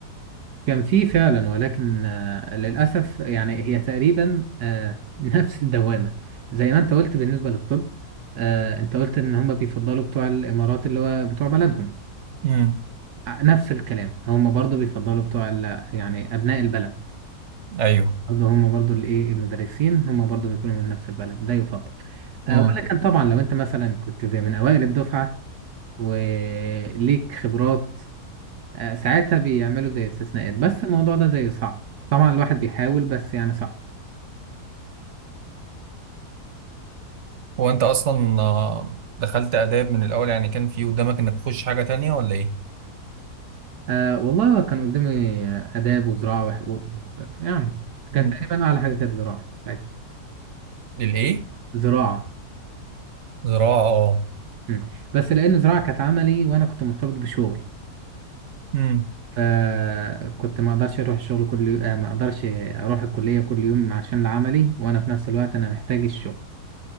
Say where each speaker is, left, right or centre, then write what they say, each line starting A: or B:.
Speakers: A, on the right; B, on the right.
A: كان في فعلا ولكن آه للأسف يعني هي تقريبا آه <laughs> نفس الدوامة زي ما أنت قلت بالنسبة للطب آه أنت قلت إن هم بيفضلوا بتوع الإمارات اللي هو بتوع بلدهم
B: امم
A: نفس الكلام هم برضو بيفضلوا بتوع ال... يعني أبناء البلد
B: ايوه
A: برضو هم برضو الإيه المدرسين هم برضو بيكونوا من نفس البلد ده يفضل أه
B: امم
A: ولكن طبعا لو أنت مثلا كنت زي من أوائل الدفعة وليك خبرات أه ساعتها بيعملوا زي استثناءات بس الموضوع ده زي صعب طبعا الواحد بيحاول بس يعني صعب
B: هو انت اصلا آه، دخلت آداب من الاول يعني كان في قدامك انك تخش حاجة تانية ولا ايه
A: أه والله كان قدامي آه، آداب وزراعة وحقوق يعني
B: مم.
A: كان تقريبا أعلى حاجة كانت زراعة ساعتها
B: للايه
A: زراعة
B: زراعة اه
A: مم. بس لأن زراعة كانت عملي وأنا كنت مرتبط بشغل
B: امم
A: فكنت ما اقدرش اروح الشغل كل يوم آه، ما اقدرش اروح الكليه كل يوم عشان العملي وانا في نفس الوقت انا محتاج الشغل